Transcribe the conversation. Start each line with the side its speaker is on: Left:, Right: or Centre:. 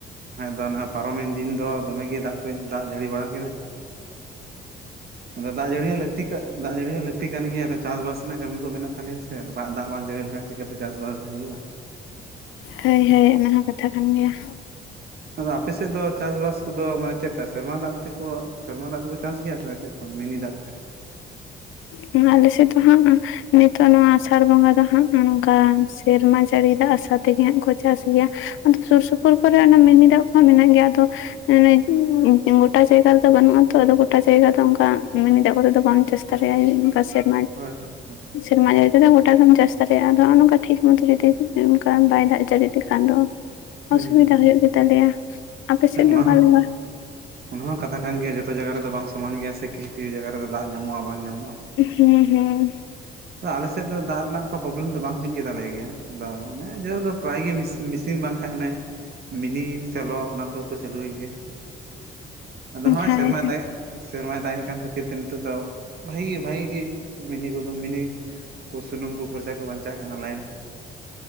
Right: ᱠᱷᱟᱡ ᱫᱚ ᱚᱱᱮ ᱯᱟᱨᱚᱢᱮᱱ ᱫᱤᱱ ᱫᱚ ᱫᱚᱢᱮ ᱜᱮ ᱫᱟᱜ ᱠᱚ ᱫᱟᱜ ᱡᱟᱹᱲᱤ ᱵᱟᱲᱟ ᱠᱮᱫᱟ ᱟᱫᱚ ᱫᱟᱜ ᱡᱟᱹᱲᱤ ᱦᱚ ᱞᱟᱹᱠᱛᱤ ᱠᱟᱜ ᱫᱟᱜ ᱡᱟᱹᱲᱤ ᱦᱚᱸ ᱞᱟᱠᱛᱤ ᱠᱟᱱ ᱜᱮᱭᱟ ᱟᱫᱚ ᱪᱟᱥᱵᱟᱥ ᱨᱮᱱᱟᱜ ᱠᱟᱹᱢᱤ ᱠᱚ ᱢᱮᱱᱟᱜ ᱛᱟᱞᱮᱭᱟ ᱥᱮ ᱫᱟᱜ ᱫᱟᱜ ᱵᱟᱝ ᱡᱟᱹᱲᱤ ᱞᱮᱠᱷᱟᱡ ᱪᱤᱠᱟᱛᱮ ᱪᱟᱥᱵᱟᱥ ᱫᱚ ᱦᱩᱭᱩᱜᱼᱟ
Left: ᱦᱳᱭ ᱦᱳᱭ ᱚᱱᱟ ᱦᱚᱸ ᱠᱟᱛᱷᱟ ᱠᱟᱱ ᱜᱮᱭᱟ
Right: ᱛᱚᱵᱮ ᱟᱯᱮ ᱥᱮᱫ ᱫᱚ ᱪᱟᱥᱵᱟᱥ ᱠᱚᱫᱚ ᱢᱟᱱᱮ ᱪᱮᱫ ᱞᱮᱠᱟ ᱥᱮᱨᱢᱟ ᱫᱟᱜ ᱛᱮᱠᱚ ᱥᱮᱨᱢᱟ ᱫᱟᱜ ᱛᱮᱠᱚ ᱪᱟᱥ ᱜᱮᱭᱟ ᱥᱮ ᱪᱮᱫ ᱢᱤᱱᱤ ᱫᱟᱜ ᱛᱮ
Left: ᱢᱟᱱᱮ ᱟᱞᱮ ᱥᱮᱫ ᱫᱚ ᱦᱟᱸᱜ ᱱᱤᱛᱚᱜ ᱱᱚᱣᱟ ᱟᱥᱟᱲ ᱵᱚᱸᱜᱟ ᱫᱚ ᱦᱟᱸᱜ ᱱᱚᱝᱠᱟ ᱥᱮᱨᱢᱟ ᱡᱟ ᱡᱟᱹᱲᱤ ᱫᱟᱜ ᱟᱥᱟ ᱛᱮᱜᱮ ᱦᱟᱸᱜ ᱠᱚ ᱪᱟᱥ ᱜᱮᱭᱟ ᱟᱫᱚ ᱥᱩᱨ ᱥᱩᱯᱩᱨ ᱠᱚᱨᱮ ᱢᱤᱱᱤ ᱫᱟᱜ ᱠᱚᱦᱚᱸ ᱢᱮᱱᱟᱜ ᱜᱮᱭᱟ ᱟᱫᱚ ᱢᱟᱱᱮ ᱜᱚᱴᱟ ᱡᱟᱭᱜᱟ ᱨᱮᱫᱚ ᱵᱟᱹᱱᱩᱜ ᱟᱼᱟ ᱛᱚ ᱟᱫᱚ ᱜᱚᱴᱟ ᱡᱟᱭᱜᱟ ᱫᱚ ᱚᱝᱠᱟ ᱢᱤᱱᱤ ᱫᱟᱜ ᱠᱚᱛᱮ ᱫᱚ ᱵᱟᱢ ᱪᱟᱥ ᱫᱟᱲᱮᱭᱟᱜᱼᱟ ᱚᱠᱟ ᱥᱮᱫ
Right: ᱦᱳᱭ ᱦᱳᱭ ᱦᱳᱭ ᱦᱳᱭ
Left: <unintelligible> ᱥᱮᱨᱢᱟ ᱡᱟᱹᱲᱤ ᱛᱮᱫᱚ ᱜᱚᱴᱟ ᱜᱮᱢ ᱪᱟᱥ ᱫᱟᱲᱮᱭᱟᱜᱼᱟ ᱟᱫᱚ ᱚᱱᱚ ᱚᱝᱠᱟ ᱴᱷᱤᱠ ᱢᱚᱛᱚ ᱡᱩᱫᱤ ᱚᱱᱮ ᱚᱝᱠᱟ ᱵᱟᱭ ᱫᱟᱜ ᱡᱟᱲᱤ ᱞᱮᱠᱷᱟᱱ ᱫᱚ
Right: ᱦᱩᱸ
Left: ᱚᱥᱩᱵᱤᱫᱷᱟ
Right: ᱦᱩᱸ
Left: ᱦᱩᱭᱩᱜ ᱜᱮ ᱛᱟᱞᱮᱭᱟ ᱟᱯᱮ ᱥᱮᱫ
Right: ᱦᱩᱸ ᱚᱱᱟ
Left: ᱫᱚ <unintelligible>
Right: ᱦᱚᱸ ᱚᱱᱟ ᱦᱚᱸ ᱠᱟᱛᱷᱟ ᱠᱟᱱ ᱜᱮᱭᱟ ᱡᱚᱛᱚ ᱡᱟᱭᱜᱟ ᱨᱮᱫᱚ ᱵᱟᱝ ᱥᱚᱢᱟᱱ ᱜᱮᱭᱟ ᱥᱮ ᱠᱤᱪᱷᱩ ᱠᱤᱪᱷᱩ ᱡᱟᱭᱜᱟ ᱨᱮᱫᱚ ᱫᱟᱜ ᱧᱟᱢᱚᱜᱼᱟ ᱵᱟᱝ ᱧᱟᱢᱚᱜᱼᱟ᱾
Left: ᱦᱩᱸ ᱦᱩᱸ
Right: ᱛᱚ ᱟᱞᱮ ᱥᱮᱫ ᱫᱚ ᱫᱟᱜ ᱨᱮᱱᱟᱜ ᱚᱝᱠᱟ ᱯᱨᱚᱵᱞᱮᱢ ᱫᱚ ᱵᱟᱝ ᱦᱩᱭᱩᱜ ᱜᱮᱛᱟᱞᱮ ᱜᱮᱭᱟ ᱾ ᱟᱫᱚ ᱢᱟᱱᱮ ᱡᱮᱦᱮᱛᱩ ᱯᱨᱟᱭ ᱜᱮ ᱢᱤᱥᱤᱱ ᱵᱟᱝ ᱠᱷᱟᱡ ᱢᱟᱱᱮ ᱢᱤᱱᱤ ᱥᱮᱞᱚ ᱚᱱᱟ ᱠᱚᱦᱚᱸ ᱠᱩ ᱪᱟᱹᱞᱩᱭ ᱜᱮᱭᱟ ᱟᱫᱚ ᱦᱚᱸᱜ-ᱚᱭ
Left: ᱦᱳᱭ
Right: ᱥᱮᱨᱢᱟᱭ ᱫᱟᱜ ᱮᱜ ᱥᱮᱨᱢᱟᱭ ᱫᱟ ᱮᱜ ᱠᱟᱱ ᱠᱷᱟᱹᱛᱤᱨ ᱛᱮ ᱱᱤᱛᱚᱜ ᱫᱚ ᱵᱷᱟᱜᱤ ᱜᱮ ᱵᱷᱟᱜᱤ ᱜᱮ ᱢᱤᱱᱤ ᱠᱩᱫᱚ ᱢᱤᱱᱤ ᱠᱩ ᱥᱩᱱᱩᱢ ᱠᱩ ᱠᱷᱚᱨᱪᱟ ᱠᱩ ᱵᱟᱧᱪᱟ ᱪᱟᱜ ᱠᱟᱱᱟ ᱞᱟᱭᱮᱱ